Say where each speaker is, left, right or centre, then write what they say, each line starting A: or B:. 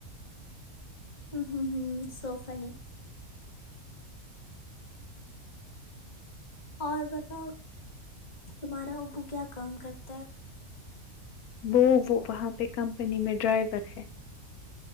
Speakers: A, on the left (about 30°); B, on the left (about 85°).
A: ہم ہمم سو فنی اور بتاؤ تمہارا اوبو کیا کام کرتا ہے
B: وہ وہ وہاں پہ کمپنی میں ڈرائیور ہے